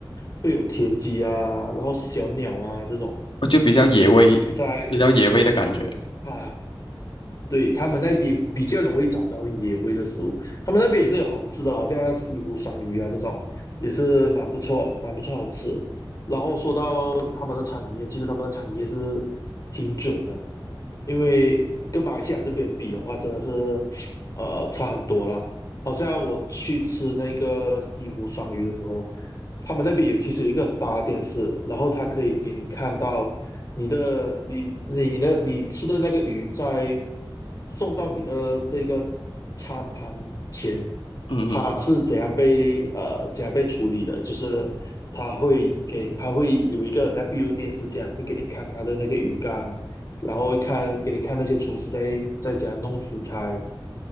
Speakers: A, on the left; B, on the left.
A: 会有田鸡啊，然后小鸟啊这种。
B: 就比较野味，
A: 在
B: 比较野味的感觉。
A: 啊，对他们那边比较容易找到野味的食物，他们那边也是有好吃的，好像西湖双鱼啊这种，也是蛮不错，蛮不错，好吃。然后说到他们的产业，其实他们的产业是挺准的，因为跟马来西亚这边比的话，真的是呃差很多啦。好像我去吃那个西湖双鱼的时候，他们那边有其实有一个很大的电视，然后它可以给你看到你的你你的你吃的那个鱼在送到你的这个餐盘前，
B: 嗯嗯，
A: 它是怎样被呃怎样被处理的，就是它会给它会有一个很像闭路电视这样，会给你看它的那个鱼缸，然后会看给你看那些厨师在在怎样弄食材。